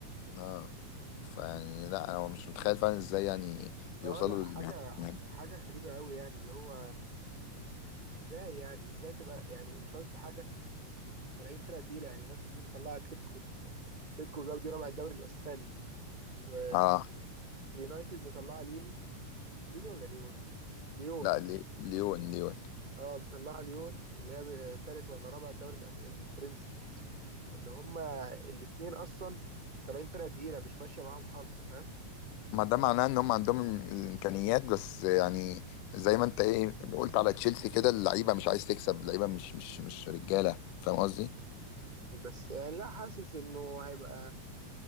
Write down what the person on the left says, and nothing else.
اه فيعني لا هو مش متخيل فعلا ازاي يعني يوصلوا
لل
اه
لا لي- ليون ليون
ما ده معناه ان هم عندهم الامكانيات بس يعني زي ما انت ايه قلت على تشيلسي كده اللعيبه مش عايز تكسب اللعيبه مش مش مش رجاله فاهم قصدي